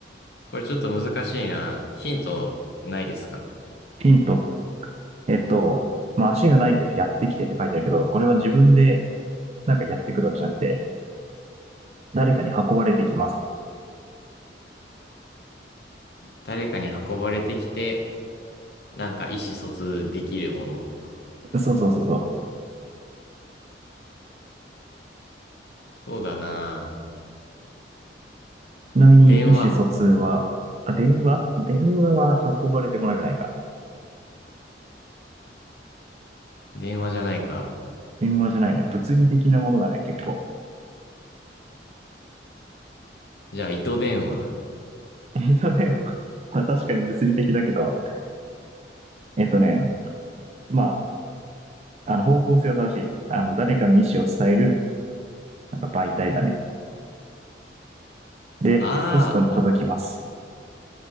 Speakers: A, on the left; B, on the right.
A: これちょっと難しいな。ヒントないですか
B: ヒント。えっと、まあ、足がないけどやってきてって書いてあるけど、これは自分でなんかやってくるわけじゃなくて、誰かに運ばれてきます。
A: 誰かに運ばれてきて、なんか意思疎通できるもの
B: そうそうそうそう。
A: そうだな。
B: ちなみに意思疎通は、
A: 電話。
B: あ、電話電話は運ばれてこなくないか。
A: 電話じゃないか。
B: 電話じゃないね。物理的なものだね、結構。
A: じゃあ、糸電話。
B: <laughs> えっとね、<laughs> まあ確かに物理的だけど、えっとね、まあ、あの方向性は正しい。あの、誰かの意思を伝える、なんか媒体だね。で、
A: ああ、
B: ポストに届きます。
A: わか、